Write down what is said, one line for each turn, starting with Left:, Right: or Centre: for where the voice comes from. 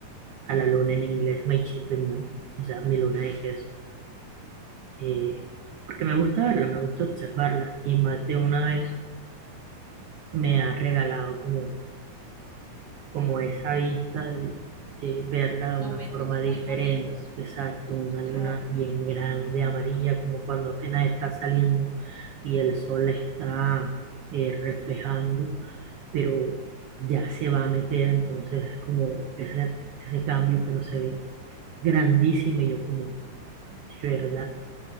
Right: a la luna en inglés, my cheese the moon, o sea, mi luna de queso, eh, porque me gusta verla, me gusta observarla y más de una vez me ha regalado como como esa vista de, de verla
Left: momentos
Right: de una forma
Left: muy
Right: diferente.
Left: bonitos,
Right: Exacto, una luna
Left: claro,
Right: bien grande, amarilla, como cuando apenas está saliendo y el sol la está eh, reflejando, pero ya se va a meter, entonces es como ese, ese cambio, pero se ve grandísimo y yo como, de verdad.